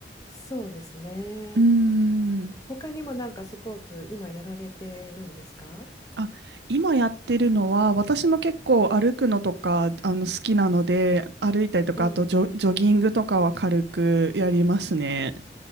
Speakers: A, on the left; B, on the right.
A: そうですね。
B: うーん。
A: 他にもなんかスポーツ今やられてるんですか
B: あ、今やってるのは私も結構歩くのとかあの好きなので歩いたりとかあとジョ、
A: ええ
B: ジョギングとかは軽くやりますね。